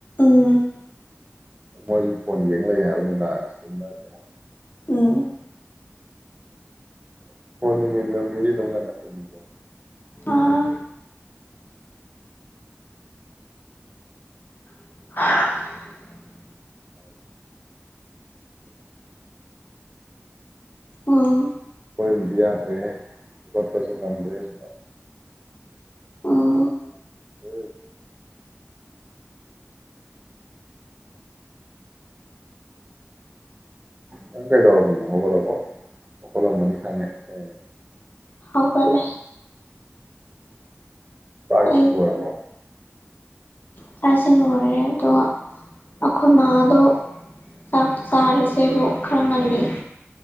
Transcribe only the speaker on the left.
ꯑꯝ
ꯎꯝ
ꯑꯥ <unintelligible> ꯎꯝ
ꯎꯝ
ꯍꯧꯒꯠꯂꯦ
ꯑꯩ
ꯆꯥꯛ ꯏꯁꯤꯡ ꯂꯣꯏꯔꯦ ꯑꯗꯣ ꯑꯩꯈꯣꯏ ꯃꯥꯗꯣ ꯆꯥꯛꯇꯨ ꯆꯥꯔꯁꯦꯕꯨ ꯈꯔ ꯉꯜꯂꯤ